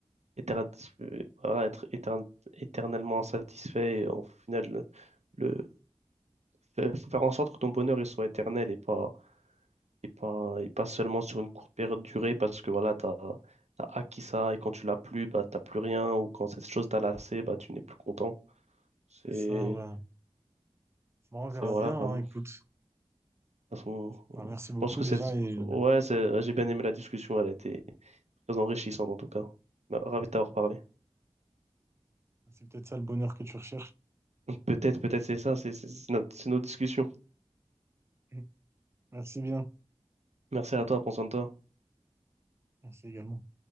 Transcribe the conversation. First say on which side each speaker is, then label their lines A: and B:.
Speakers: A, on the right; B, on the right.
A: éter- euh, voilà, être éter- éternellement insatisfait. Et au final, le, Fais- faut faire en sorte que ton bonheur il soit éternel et pas, et pas, et pas seulement sur une courte période de durée parce que voilà, t'as, t'as acquis ça et quand tu l'as plus, bah, t'as plus rien ou quand cette chose t'a lassé, bah, tu n'es plus content. C'est,
B: C'est ça, ouais. Bon, on
A: c'est
B: verra
A: voilà,
B: bien,
A: vraiment.
B: hein, écoute.
A: De toute façon,
B: Bah, merci
A: je
B: beaucoup
A: pense que
B: déjà
A: c'est,
B: et
A: ouais,
B: euh,
A: c'est- j'ai bien aimé la discussion, elle a été très enrichissante en tout cas. Bah, Ravi de t'avoir parlé.
B: c'est peut-être ça le bonheur que tu recherches.
A: Peut-être, peut-être c'est ça, c'est c'est- c'est notre- c'est nos discussions.
B: <laughs> Merci bien.
A: Merci à toi, prends soin de toi.
B: Merci également.